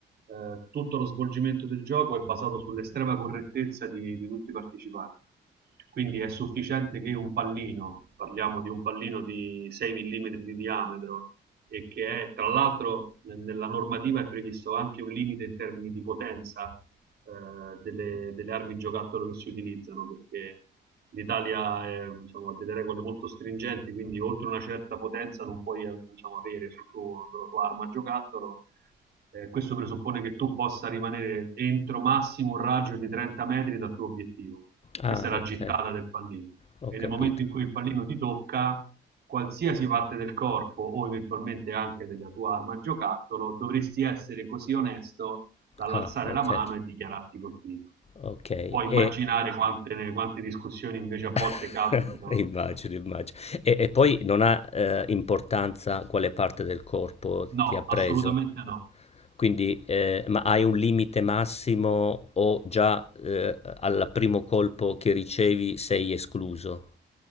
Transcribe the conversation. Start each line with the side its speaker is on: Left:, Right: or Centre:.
Right: eh, tutto lo svolgimento del gioco è basato sull'estrema correttezza di, di tutti i partecipanti. Quindi è sufficiente che un pallino, parliamo di un pallino di 6 mm di diametro, e che è tra l'altro nella normativa è previsto anche un limite in termini di potenza eh, delle, delle, armi giocattolo che si utilizzano, perché l'Italia è, diciamo, ha delle regole molto stringenti, quindi oltre una certa potenza non puoi diciamo, avere sul tuo, sulla tua arma giocattolo. Eh, questo presuppone che tu possa rimanere entro massimo un raggio di 30 metri dal tuo obiettivo.
Left: Ah,
Right: Questa è la
Left: ok,
Right: gittata del pallino.
Left: ho
Right: E
Left: capito.
Right: nel momento in cui il pallino ti tocca, qualsiasi parte del corpo o eventualmente anche della tua arma giocattolo, dovresti essere così onesto dall'alzare
Left: Ah, ok.
Right: la mano e dichiararti colpito.
Left: Ok,
Right: Puoi
Left: e
Right: immaginare quante, quante discussioni invece a volte
Left: <laughs>
Right: capitano.
Left: immagino, immagino. E, e poi non ha eh, importanza quale parte del corpo
Right: No,
Left: ti ha preso.
Right: assolutamente no.
Left: Quindi, eh, ma hai un limite massimo o già eh, al primo colpo che ricevi sei escluso?